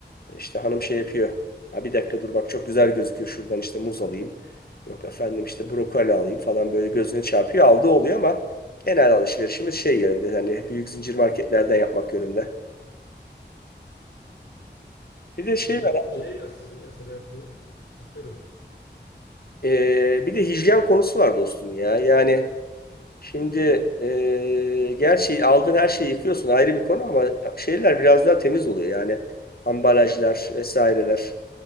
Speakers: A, on the left (about 55°); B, on the left (about 85°).
A: işte hanım şey yapıyor. Ha bir dakika dur bak çok güzel gözüküyor şuradan işte muz alayım. Yok efendim işte brokoli alayım falan böyle gözüne çarpıyor. Aldığı oluyor ama genel alışverişimiz şey yönünde. Hani büyük zincir marketlerden yapmak yönünde. Bir de şey
B: Peki dostum
A: var abi.
B: şey nasıl sizin mesela bu Ha, söyle dostum.
A: e, bir de hijyen konusu var dostum ya. Yani şimdi e, gerçi aldığın her şeyi yıkıyorsun ayrı bir konu ama şeyler biraz daha temiz oluyor. Yani ambalajlar vesaireler